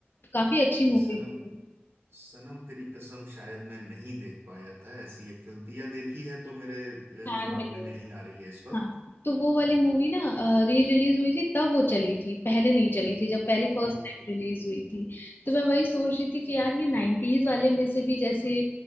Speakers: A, on the left; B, on the right.
A: काफी अच्छी मूवी
B: ये सनम
A: थी वो।
B: सनम तेरी कसम शायद मैं नहीं देख पाया था ऐसी एक फिल्म थी या देखी है तो मेरे अ,
A: छान
B: दिमाग
A: में नहीं
B: में नहीं आ रही है इस वक्त
A: हाँ तो वो वाली मूवी ना री रिलीज हुई थी तब वो चली थी पहले नहीं चली थी जब पहली फर्स्ट
B: ओके
A: टाइम रिलीज हुई थी तो मैं वही सोच रही थी कि यार ये नाइन्टीज वाले में से भी जैसे